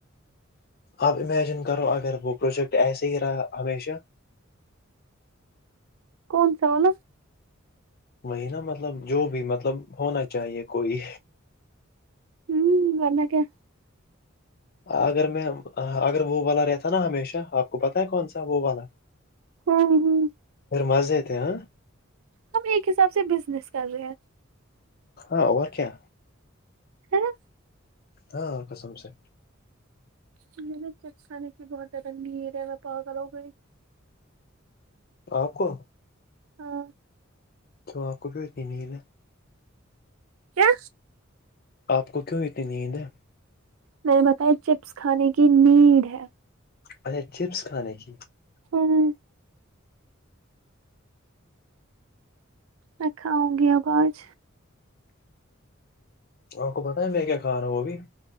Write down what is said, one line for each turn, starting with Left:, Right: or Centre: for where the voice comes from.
Left: آپ امیجن کرو اگر وہ پروجیکٹ ایسے ہی رہا ہمیشہ
Right: کونسا <unintelligible>
Left: وہی نا مطلب جو بھی مطلب ہونا چاہیے کوئی
Right: ہوں منا کیا
Left: اگر میں اگر وہ والا رہتا نا ہمیشہ آپ کو پتا ہے کون سا وہ والا
Right: ہوں ہوں
Left: پھر مزے تھے ہاں
Right: ہم ایک حساب سے بزنس کر رہے ہیں
Left: ہاں اور کیا
Right: ہاں
Left: ہاں قسم سے
Right: <unintelligible>
Left: اپ کو
Right: ہاں
Left: کیوں آپ کو بھی اتنی نیڈ ہے
Right: کیا
Left: آپ کو کیوں اتنی نیند ہے
Right: میں نے بتایا چپس کھانے کی نیڈ ہے
Left: اچھا چپس کھانے کی
Right: ہاں میں کھاؤں گی اب آج
Left: آپ کو پتا ہے میں کیا کھا رہا ہوں ابھی